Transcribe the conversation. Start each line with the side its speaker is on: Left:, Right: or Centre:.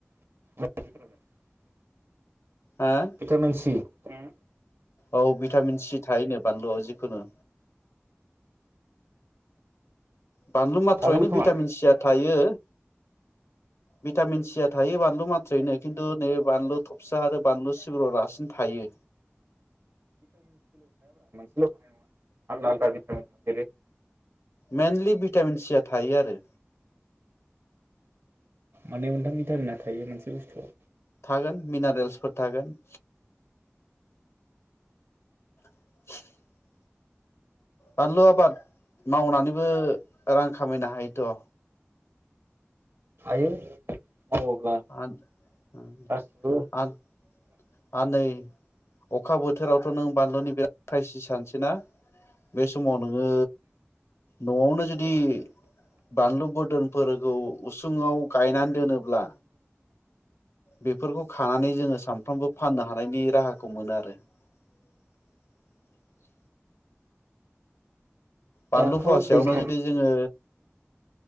Right: <unintelligible>
Left: हा
Right: भिटामिन सि उम
Left: औ भिटामिन सि थायोनो बानलुआव जिखुनु बानलु मत्रयैनो
Right: थागोन खोमा
Left: भिटामिन सिया थायो भिटामिन सि या थायो बानलु माथ्रयैनो खिन्थु नै बानलु थफसा आरो बानलु सिब्राव रासिन थायो।
Right: नङ <unintelligible> आलदा आलदा भिटामिन थायो <inaudible>
Left: मेनलि भिटामिन सि आ थायो आरो
Right: माने मोनथाम मिटामिना थायो मोनसे बुस्थुआव
Left: थागोन मिनारेल्सफोर थागोन। <inaudible> बानलु आबाद मावनानैबो रां खामायनो हायोथ'।
Right: हायो। मावोब्ला
Left: आन उम
Right: गासिबो
Left: आन आन नै अखा बोथोरावथ' नों बानलुनि बिराद ख्राइसिस सेना बे समाव नोङो न'आवनो जुदि बानलु बोरदोनफोरखौ उसुङाव गायनानै दोनोब्ला बेफोरखौ खानानै जोङो सामफ्रामबो फाननो हानायनि राहाखौ मोनोआरो। बानलु
Right: दाथ'
Left: फुवासेयावनो
Right: दैज्लां
Left: जुदि जोङो